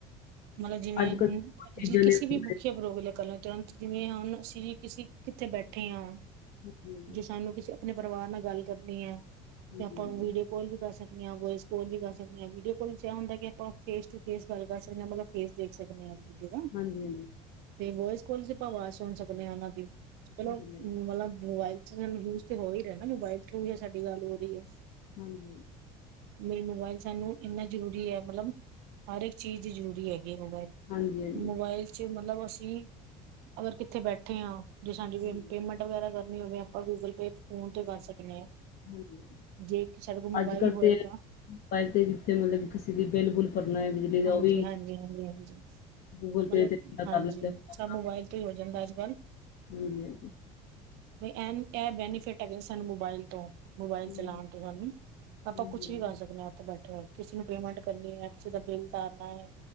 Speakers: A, on the right (about 70°); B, on the left (about 55°).
A: ਮਤਲ ਜਿਵੇਂ
B: ਅੱਜ
A: ਹੁਣ
B: ਕੱਲ ਚੀਜ਼ਾਂ
A: ਜੇ ਕਿਸੀ
B: ਨੇ ਹਾਂਜੀ
A: ਵੀ <unintelligible> ਤੁਰੰਤ ਜਿਵੇਂ ਹੁਣ ਅਸੀਂ ਕਿਂ ਕਿੱਥੇ ਬੈਠੇ ਆਂ।
B: ਹਾਂਜੀ।
A: ਜੇ ਸਾਨੂੰ ਕਿਸੇ ਅਪਣੇ ਪਰਵਾਰ ਨਾਲ ਗੱਲ ਕਰਨੀ ਐ,
B: ਹਾਂਜੀ
A: ਤੇ ਆਪਾਂ
B: ਹਾਂਜੀ
A: ਵੀਡੀਓ
B: ਹਾਂਜੀ
A: ਕੋਲ ਵੀ ਕਰ ਸਕਨੇ ਆਂ ਵੋਏਸ ਕੋਲ ਵੀ ਕਰ ਸਕਨੇ ਆਂ ਵੀਡੀਓ ਕੋਲ ਚ ਐ ਹੁੰਦਾ ਕਿ ਆਪਾਂ ਫੇਸ ਟੂ ਫੇਸ ਗੱਲ ਕਰ ਸਕਨੇ ਆਂ ਮਤਲਬ ਫੇਸ ਦੇਖ ਸਕਨੇ ਆ ਇੱਕ-ਦੂਜੇ ਦਾ,
B: ਹਾਂਜੀ ਹਾਂਜੀ
A: ਤੇ ਵੋਏਸ ਕਾਲ ਚ ਆਪਾਂ ਵਾਜ਼ ਸੁਣ ਸਕਨੇ ਆ ਓਨਾਂ ਦੀ। ਚਲੋ
B: ਹਾਂਜੀ ਹਾਂਜੀ
A: ਮਤਲਬ ਮੋਬਾਇਲ ਚ ਮੈਮ ਯੂਜ ਤੇ ਹੋ ਈ ਰੇਆ ਨਾ ਮੋਬਾਇਲ ਠੀਕ ਐ ਸਾਡੀ ਗੱਲ ਹੋ ਰੀ ਐ।
B: ਹਾਂਜੀ ਹਾਂਜੀ
A: ਮੇ ਮੋਬਾਈਲ ਸਾਨੂੰ ਏਨਾ ਜ਼ਰੂਰੀ ਐ, ਮਤਲਬ ਹਰ ਏਕ ਚੀਜ਼ ਚ ਜਰੂਰੀ ਹੈਗੀ ਮੋਬਾਇਲ,
B: ਹਾਂਜੀ
A: ਮੋਬਾਇਲ ਜੇ ਮਤਲਬ ਅਸੀਂ ਅਗਰ ਕਿੱਥੇ ਬੈਠੇ ਆਂ ਜੇ ਸਾਡੀ
B: ਹਾਂਜੀ
A: ਪੇਮੇਂਟ ਵਗੈਰਾ ਕਰਨੀ ਹੋਵੇ, ਆਪਾਂ ਗੂਗਲ ਪੇ, ਫੋਨ ਤੇ ਕਰ ਸਕਨੇ ਆਂ।
B: ਹਾਂਜੀ
A: ਜੇ ਸਾਡੇ ਕੋਲ ਮੋਬਾਇਲ
B: ਅੱਜ ਕੱਲ੍ਹ
A: ਹੋਏਗਾ
B: ਤੇ ਮੋਬਾਇਲ ਤੇ ਜਿੱਥੇ ਮਤਲਬ ਕਿਸੇ ਦੀ ਬਿਲ-ਬੁਲ ਪਰਨਾ ਬਿਜਲੀ ਦਾ
A: ਹਾਂਜੀ
B: ਓ ਵੀ
A: ਹਾਂਜੀ ਹਾਂਜੀ ਹਾਂਜੀ
B: ਗੂਗਲ
A: ਮਤਲਬ
B: ਪੇ ਤੇ ਬੰਦਾ
A: ਹਾਂਜੀ,
B: ਕਰ ਲੈਂਦਾ ਫੋਨ
A: ਸਭ ਮੋਬਾਇਲ ਤੋਂ ਈ ਹੋ ਜਾਂਦਾ ਅੱਜ-ਕੱਲ।
B: ਹਾਂਜੀ-ਹਾਂਜੀ।
A: ਬਈ ਐਨ ਐ ਬੈਨੀਫਿਟ ਹੈਗੇ ਸਾਨੂੰ ਮੋਬਾਇਲ ਤੋਂ। ਮੋਬਾਇਲ
B: ਹਾਂਜੀ
A: ਚਲਾਣ ਤੋਂ ਸਾਨੂੰ ਆਪਾਂ
B: ਹਾਂਜੀ
A: ਕੁਛ
B: ਹਾਂਜੀ
A: ਵੀ ਕਰ ਸਕਨੇ ਆਂ ਓੱਥੇ ਬੈਠੇ ਹੋਏ ਕਿਸੇ ਨੂੰ ਪੇਮੈਂਟ ਕਰਨੀ ਐ ਕਿਸੇ ਦਾ ਬਿੱਲ ਤਾਰਨਾ ਏ,